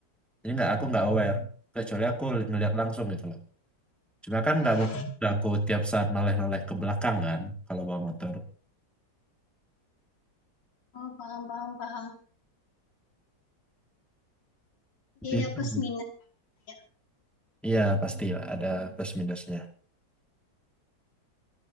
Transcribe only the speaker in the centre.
Jadi nggak aku nggak aware kecuali aku ngeliat langsung gitu loh. Cuma kan
nggak
mungkin lah aku tiap saat noleh-noleh ke belakang kan kalau bawa motor.
Itu.
Iya pasti ada plus minusnya.